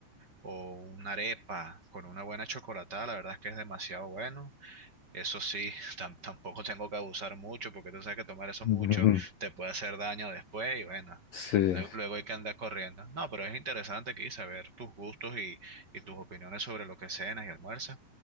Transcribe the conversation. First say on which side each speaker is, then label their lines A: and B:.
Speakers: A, on the right; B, on the left.
A: o una arepa con una buena chocolatada, la verdad es que es demasiado bueno. Eso sí, <laughs> tam- tampoco tengo que abusar mucho, porque tú sabes que tomar eso mucho
B: Ujú. <laughs>
A: te puede hacer daño después y bueno,
B: Sí,
A: lue- luego hay que andar corriendo. No, pero es interesante aquí saber tus gustos y, y tus opiniones sobre lo que cenas y almuerzas.